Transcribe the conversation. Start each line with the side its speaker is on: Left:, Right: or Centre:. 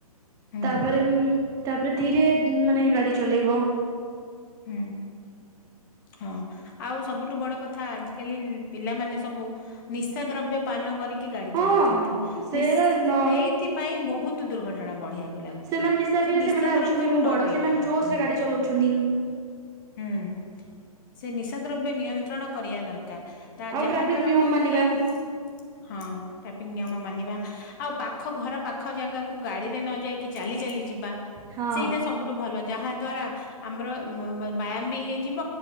Left: ହୁଁ
Right: ତାପରେ ଉମ୍ ତାପରେ ଧୀରେ ମାନେ ଗାଡ଼ି ଚଲେଇବ।
Left: ହୁଁ। ହଁ ଆଉ ସବୁଠୁ ବଡ କଥା, ଆଜିିକାଲି ପିଲାମାନେ ସବୁ ନିଶା ଦ୍ରବ୍ୟ ପାନ କରିକି ଗାଡି
Right: ହଁ
Left: ଚଲାଉଛନ୍ତି।
Right: ସେରା
Left: ନିସ୍
Right: ନ
Left: ସେଇଥିପାଇଁ ବହୁତ ଦୁର୍ଘଟ ଘଟଣା ବଢିବାକୁ ଲାଗୁଛି।
Right: ସେମାନେ ହିସାବରେ
Left: ସେ ନିଶା
Right: ସେମାନେ ଭାବୁଛନ୍ତି
Left: ଦ୍ରବ୍ୟକୁ
Right: ମୁଁ
Left: ନ
Right: ବଡ
Left: ପିଇବା,
Right: ସେମାନେ ଜୋସ
Left: ହୁଁ।
Right: ରେ ଗାଡି ଚଲାଉଛନ୍ତି
Left: ହୁଁ। ସେ ନିଶା ଦ୍ରବ୍ୟ ନିୟନ୍ତ୍ରଣ କରିଆ ଦରକାର। ତା
Right: ଆଉ
Left: ଯାହା
Right: ଟ୍ରାଫିକ
Left: ଦ୍ଵାରା
Right: ନିୟମ ମାନିବା
Left: କି ହଁ। ଟ୍ରାଫିକ ନିୟମ ମାନିବା, ଆଉ ପାଖ ଘର ପାଖ ଜାଗାକୁ ଗାଡିରେ ନ ଯାଇକି ଚାଲି ଚାଲି ଯିବା
Right: ହଁ
Left: ସେଇଟା ସବୁଠୁ ଭଲ, ଯାହାଦ୍ଵାରା ଆମର ମ୍ ବ୍ ବ୍ୟାୟାମ ବି ହେଇଯିବ